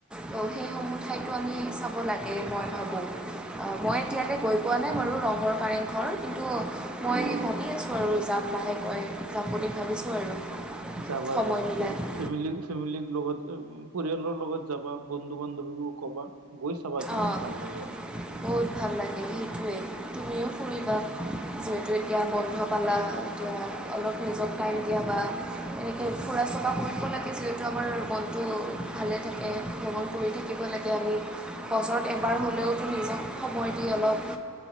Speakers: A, in the centre; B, on the right.
A: ত', সেইসমূহ ঠাইতো আমি চাব লাগে মই ভাবো। অ, মই এতিয়ালে গৈ পোৱা নাই বাৰু ৰংঘৰ কাৰেং ঘৰ কিন্তু মই ভাবি আছো আৰু যাম লাহে কৈ যাম বুলি ভাবিছো আৰু
B: যাবা
A: সময়
B: যাবা
A: মিলাই।
B: ফেম- ফেমিলি ফেমিলি লগত পৰিয়ালৰ লগত যাবা বন্ধু বান্ধৱীকো ক, বা, গৈ চাবা কিমান
A: অঁ
B: ভাল লাগে।
A: বহুত ভাল লাগে সেইটোৱে, তুমিও ফুৰিবা। যিহেতু এতিয়া বন্ধ পালা, এতিয়া অলপ নিজক টাইম দিয়া বা এনেকে ফুৰা চকা কৰিব লাগে, যিহেতু আমাৰ মনটো ভালে থাকে। ভ্ৰমণ কৰি থাকিব থাকিব লাগে আমি, বছৰত এবাৰ হ'লেওতো নিজক সময় দি অলপ